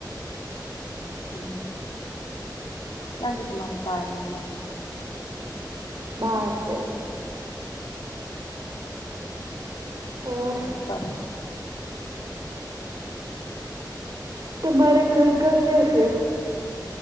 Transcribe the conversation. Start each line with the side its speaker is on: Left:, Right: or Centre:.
Left: હમ્મ. ક્યાં છે તમારે ભાઈ ને બધા
Right: બહાર છે. ઓર
Left: <unintelligible>
Right: તમારે ઘર કા ક્યાં છે.